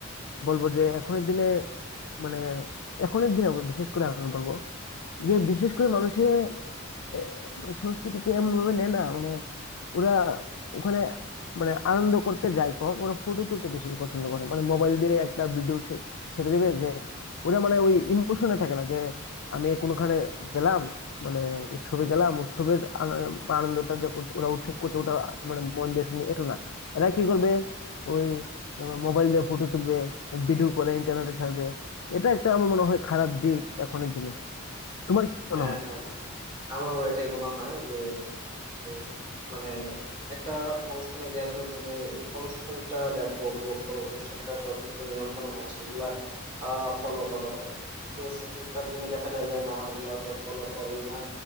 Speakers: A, on the left; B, on the right.
A: বলবো যে এখনের দিনে মানে এখনের দিনে বিশেষ করে আমি বলবো যে বিশেষ করে মানুষে এ, মানে সংস্কৃতিকে এমন ভাবে নেয় না মানে ওরা ওখানে মানে আনন্দ করতে যায় কম ওরা ফটো তুলতে বেশি পছন্দ করে মানে মোবাইল দিয়ে একটা ভিডিও ছেড়ে দেবে যে ওরা মানে ওই ইমোশনে থাকে না যে আমি কোনোখানে গেলাম মানে উৎসবে গেলাম উৎসবের আন- আনন্দটা যে কর- ওরা উৎসব করছে ওটা মানে মন দিয়ে শুনি এটা না এরা কি করবে ওই মোবাইল দিয়ে ফটো তুলবে ভিডিও করে ইন্টারনেটে ছাড়বে এটা একটা আমার মনে হয় খারাপ দিক এখনের দিনে তোমার কি মনে
B: হ্যাঁ
A: হয়
B: হ্যাঁ আমারও এটাই মনে হয় যে উম, মানে একটা অনুষ্ঠানে গেছো তুমি অনুষ্ঠানটা দেখো উপভোগ করো অনুষ্ঠানটা কিছু নিয়ম কানুন আছে ওগুলা ফলো করো তো এখনকার দিনে দেখা যায় যে না ওগুলা তো ফলো করি না